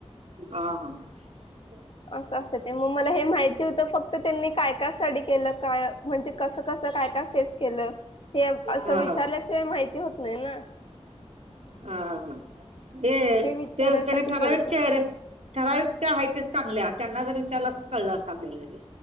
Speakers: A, on the right; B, on the left.
A: हा हा ह
B: असं अस ते मग मला हे माहिती होतं फक्त त्यांनी काय काय स्टडी केलं काय म्हणजे कसं कस काय काय फेस केलं हे अस
A: हा
B: विचारल्याशिवाय
A: हा
B: माहिती होत नाही ना
A: हा हा ते
B: विचारायसाठी
A: ते त्याने ठरावच
B: गेलतो.
A: ठरायुक्त आहे ते चांगल्या त्यांना जर विचारलं अस कळलं अस आपल्याला ज